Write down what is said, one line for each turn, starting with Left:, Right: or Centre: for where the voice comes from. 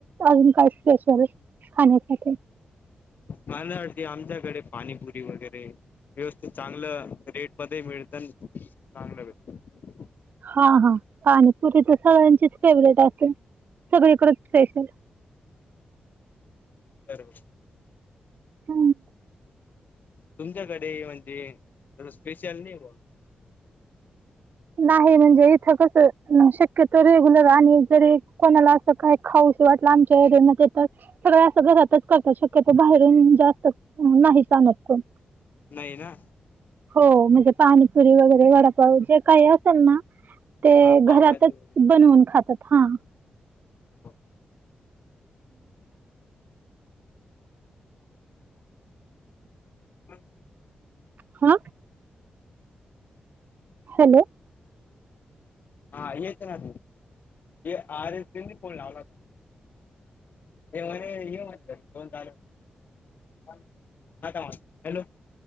Right: अजून काय स्पेशल खाण्यासाठी
Left: मला अटती आमच्याकडे पाणीपुरी वगैरे व्यवस्थित चांगलं रेट मध्ये मिळत चांगलं भेटतं
Right: हा हा पाणीपुरी तर सगळ्यांचीच फेवरेट असते. सगळीकडच स्पेशल
Left: अर
Right: ह
Left: तुमच्याकडे म्हणजे स्पेशल नाही.
Right: नाही म्हणजे इथं कसं शक रेग्युलर आणि जरी कोणाला असं काय खाऊ श वाटलं आमच्या सगळ ता शक्यतो बाहेरून जास्त नाहीच आणत कोण.
Left: नाही ना
Right: हो, म्हणजे पाणीपुरी वगैरे वडापाव जे काही असेल ना ते
Left: हा पावभाजी
Right: घरातच बनवून खातात हा
Left: हो ह
Right: हा हॅलो
Left: हा येत ना त आर एस फोन लावला हे म्हणे ये येेऊन चालू आता म हॅलो